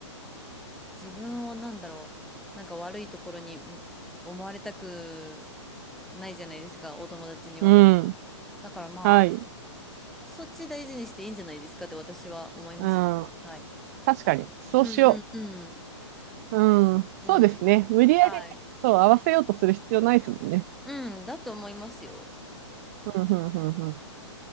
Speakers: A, in the centre; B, on the right (about 30°).
A: 自分をなんだろう、なんか悪いところにん思われたくないじゃないですか、お友達に若か
B: うん。
A: だからまあ、
B: はい。
A: そっち大事にしていいんじゃないですかって私は思いますね。
B: うん。
A: はい。
B: 確かに。そうしよう。
A: うんうんうん。
B: うん。
A: うん。
B: そうですね。無理やりね、
A: はい。
B: そう、合わせようとする必要ないですもんね。
A: うん、だと思いますよ。
B: うん、うん、うん、うん。